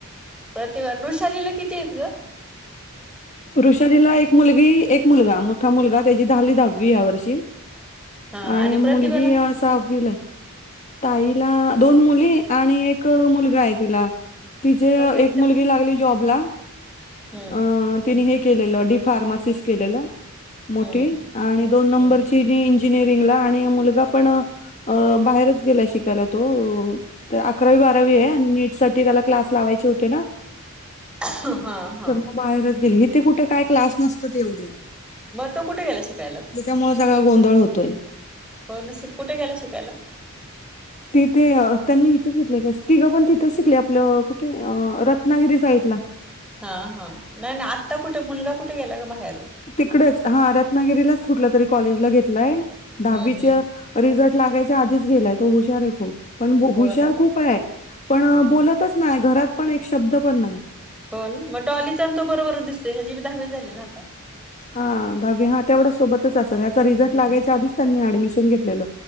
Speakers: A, in the centre; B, on the left.
A: प्रतिभा बुषालीला किती आहेत गं?
B: ऋषालीला एक मुलगी, एक मुलगा मोठा मुलगा त्याची झाली दहावी ह्या वर्षी
A: हा
B: आणि मुलगी
A: प्रतिभाला
B: सहावीला हाय ताईला दोन मुली आणि एक मुलगा आहे तिला तिचे
A: हो काय तिच्या
B: एक मुलगी लागली जॉबला
A: हम्म
B: अ तिने हे केलेलं डी फार्मासिस केलेलं मोठी
A: हम्म
B: आणि दोन नंबरची
A: हम्म
B: आणि इंजिनिअरिंगला आणि मुलगा पण बाहेरच गेला शिकायला तो तर अकरावी बारावी हेय आणि नीट साठी त्याला क्लास लावायचे होते ना
A: हा हा
B: तर मग बाहेरच गेले, इथे कुठे काय क्लास नसत तेवढे
A: म तो तो कुठे गेला शिकायला?
B: त्येच्यामुळ सगळा गोंधळ होतोय.
A: हो ना, कुठे गेला शिकायला?
B: तिथे, त्यांनी इथंच घेतलेयं तिघं पण तिथंच शिकले आपलं, कुठे रत रत्नागिरी साईटला.
A: हा, हा नाही नाही आत्ता कुठं मुलगा कुठे गेला गं बाहेर?
B: तिकडच हा, रत्नागिरीलाच कुठल्या तरी कॉलेजला घेतलाय दहावीच्या
A: हम्म हम्म
B: रिझल्ट लागायच्या आधीच गेलाय तो हुशार आहे खूप, पण हुशार
A: हो ना
B: खूप हाय पण
A: हम्म
B: बोलत तच नाय, घरात पण एक शब्द पण नाय.
A: हो ना, मग डॉलीचा आणि तो बरोबरच दिसतोय ह्याची बी दहावी झाली ना आता
B: हा दहावी हा, तेवढं सोबतच असेल याचा
A: हम्म
B: रिझल्ट लागायच्या आधीच त्यांनी ऍडमिशन घेतलेलं.